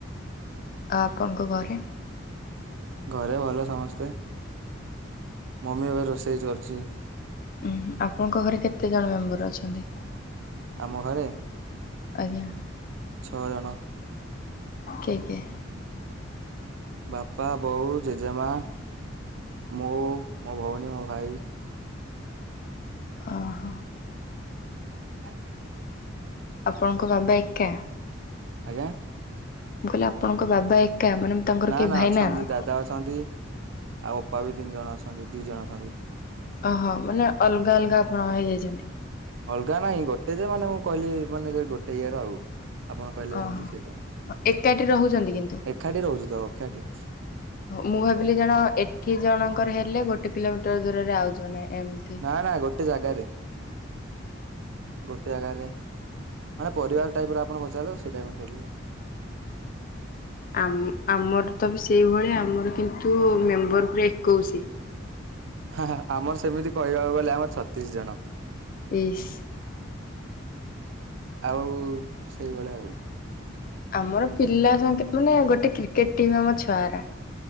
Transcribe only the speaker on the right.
ଘରେ ଭଲ ସମସ୍ତେ। ମମି ଏବେ ରୋଷେଇ ଚରୁଚି।
ଆମ ଘରେ?
ଛଅ ଜଣ।
ବାପା, ବୋଉ, ଜେଜେମା, ମୁଁ, ମୋ ଭଉଣୀ, ମୋ ଭାଇ।
ହ <inaudible>
ଆଜ୍ଞା।
ନା
ନା
ଅଛନ୍ତି
ଦାଦା ଅଛନ୍ତି ଆଉ ଅପା ବି ତିନି ଜଣ ଅଛନ୍ତି ଦି ଜଣ ଅଛନ୍ତି।
ଅଲଗା ନାହିଁ ଗୋଟେ ଯେ ମାନେ ମୁଁ କହିଲି ମାନେ ସେ ଗୋଟେ ଇଏ ରେ ଆଉ। ଆପଣ କହିଲେ ଯେମିତି
ସେଇପାଇଁ
ଏକାଠି ରହୁଛୁ ତ ଏକାଠି।
ନା ନା ଗୋଟେ ଜାଗାରେ ଗୋଟେ ଜାଗାରେ। ମାନେ ପରିବାର ଟାଇପର ଆପଣ ପଚାରିଲେ ସେଇ ଟା ହି ମୁଁ କହିଲି ଆଉ।
ହଁ ହଁ ଆମର ସେମିତି କହିବାକୁ ଗଲେ ଆମର ଛତିଶ ଜଣ।
ଆଉ ସେଇଭଳିଆ ଆଉ।